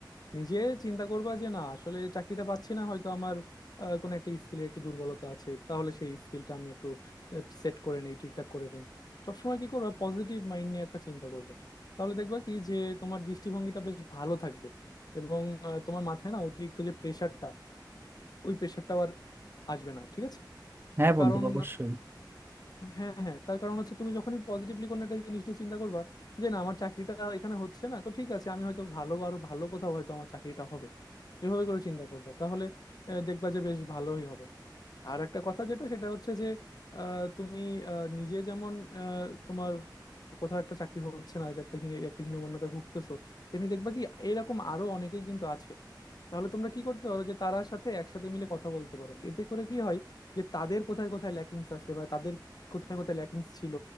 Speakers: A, on the left (about 55°); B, on the right (about 30°).
A: নিজে চিন্তা করবা যে না আসলে চাকরিটা পাচ্ছি না হয়তো আমার আহ, কোনো একটা স্কিলের একটু দুর্বলতা আছে তাহলে সেই স্কিলটা আমি একটু সেট করে নেই ঠিকঠাক করে নেই সবসময় কি করবা পজিটিভ মাইন্ড নিয়ে একটা চিন্তা করবা তাহলে দেখবা কি যে তোমার দৃষ্টিভঙ্গিটা বেশ ভালো থাকবে এবং আহ, তোমার মাথায় না অতিরিক্ত যে প্রেশারটা ওই প্রেশারটাও আর আসবে না ঠিক আছে
B: হ্যাঁ বন্ধু
A: কারণ
B: অবশ্যই
A: হ্যাঁ হ্যাঁ তার কারণ হচ্ছে তুমি যখনই পজিটিভলি কোনো একটা জিনিস নিয়ে চিন্তা করবা যে না আমার চাকরিটা এখানে হচ্ছে না তো ঠিক আছে আমি হয়তো ভালো আরো ভালো কোথাও হয়তো আমার চাকরিটা হবে এভাবে করে চিন্তা করবা তাহলে আহ, দেখবা যে বেশ ভালোই হবে আর একটা কথা যেটা সেটা হচ্ছে যে আহ, তুমি আহ, নিজে যেমন আহ, তোমার কোথাও একটা চাকরি হচ্ছে না যে একটা হীন একটা হীনমন্যতায় ভুগতেছো তেমনি দেখবা কি এরকম আরো অনেকেই কিন্তু আছে তাহলে তোমরা কি করতে পারো যে তারার সাথে একসাথে মিলে কথা বলতে পারো এতে করে কি হয় যে তাদের কোথায় কোথায় ল্যাকিংস আছে বা তাদের কোথায় কোথায় ল্যাকিংস ছিল